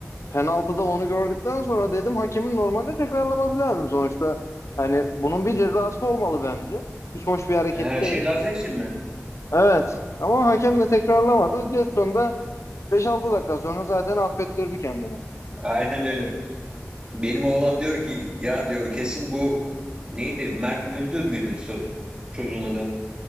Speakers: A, on the left; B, on the right.
A: penaltıda onu gördükten sonra dedim hakemin normalde tekrarlaması lazım sonuçta. Hani bunun bir cezası olmalı bence. Hiç hoş bir hareket
B: Ha,
A: değil.
B: şey Lazer için mi?
A: Evet. Ama hakem de tekrarlamadı. Jetson da beş altı dakika sonra zaten affettirdi kendini.
B: Aynen öyle. Benim oğlan diyor ki ya diyor kesin bu neydi? Mert Müldür müydü so- çocuğun adı?